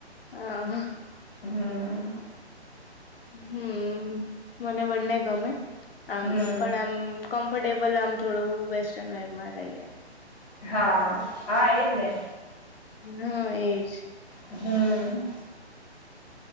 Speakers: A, on the left; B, on the left.
A: અ હ.
B: હમ્મ.
A: હમ્મ, મને બંને ગમે. આમ
B: હમ
A: પણ આમ કમ્ફર્ટેબલ આમ થોડું વેસ્ટર્ન વેરમાં રહીએ.
B: હા હા એજ ને.
A: હ એજ.
B: હમ્મ.